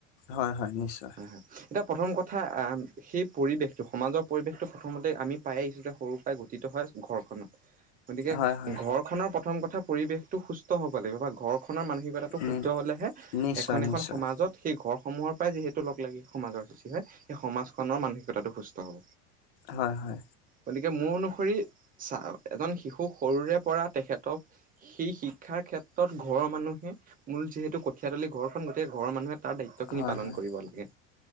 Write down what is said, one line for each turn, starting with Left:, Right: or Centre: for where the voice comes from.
Left: হয় হয় নিশ্চয়
Right: হয় হয় এতিয়া প্ৰথম কথা আহ সেই পৰিৱেশটো সমাজৰ পৰিৱেশটো প্ৰথমতে আমি পাই আহিছো যে সৰুৰ পৰাই গঠিত হয় ঘৰখনত গতিকে
Left: হয় হয়
Right: ঘৰখনৰ প্ৰথম কথা পৰিৱেশটো সুস্থ হব লাগিব বা ঘৰ খনৰ মানসিকতাটো
Left: নি
Right: হ'লেহে
Left: নিশ্চয়
Right: এখন এখন
Left: নিশ্চয়
Right: সমাজত সেই ঘৰ সমূহৰ পৰাই যিহেতু লগ লাগি সমাজৰ সৃষ্টি হয় সেই সমাজখনৰ মানসিকতাটো সুস্থ হ'ব
Left: হয় হয়
Right: গতিকে মোৰ অনুসৰি চা এজন শিশু খুব সৰুৰে পৰা তেখেতক সেই শিক্ষাৰ ক্ষেত্ৰত ঘৰৰ মানুহে মূল যিহেতু কঠিয়াতলি ঘৰখন গতিকে ঘৰৰ মানুহে তাৰ দায়িত্ব খিনি
Left: হয়
Right: পালন
Left: হয়
Right: কৰিব লাগে